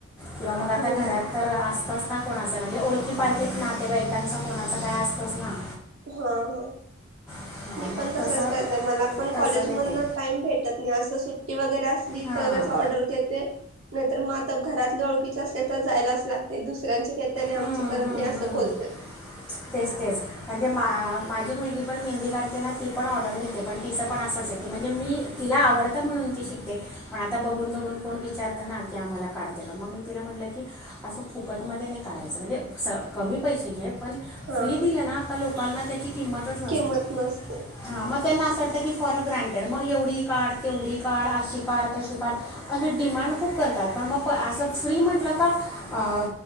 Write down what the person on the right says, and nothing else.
हम्म
हा हा.
मी पण
तसच
करते मला पण कॉलेज
मध टाइम भेटत नाही अस सुट्टी वगैरे असली
तरच ऑर्डर घेते. नाहीतर मग आता घरातले ओळखीचे असले तर जायलाच लागते दुसऱ्यांचे घेत त्याने
आमचं करत
नाही असं बोलते.
हा
किंमत नसते